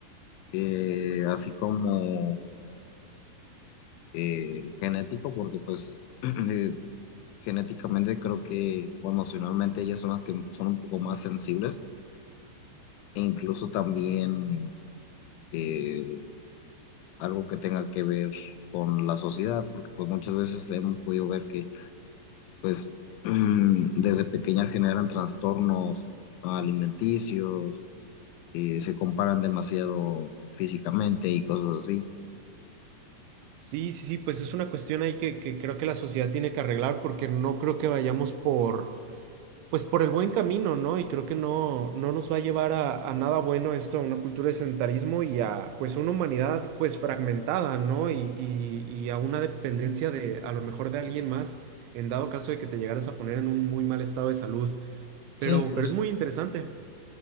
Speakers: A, on the left (about 85°); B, on the right (about 85°).
A: eh, así como eh, genético, porque pues <clears throat> eh, genéticamente creo que o emocionalmente ellas son las que son un poco más sensibles e incluso también eh, algo que tenga que ver con la sociedad, porque pues muchas veces hemos podido ver que pues <clears throat> desde pequeñas generan trastornos alimenticios, eh, se comparan demasiado físicamente y cosas así.
B: Sí, sí, sí, pues es una cuestión ahí que, que creo que la sociedad tiene que arreglar porque no creo que vayamos por, pues por el buen camino, ¿no? Y creo que no, no nos va a llevar a, a nada bueno esto, a una cultura de sedentarismo y a, pues, una humanidad, pues, fragmentada, ¿no? Y, y, y a una dependencia de, a lo mejor, de alguien más, en dado caso de que te llegaras a poner en un muy mal estado de salud. Pero,
A: Sí, incluso
B: pero es muy interesante.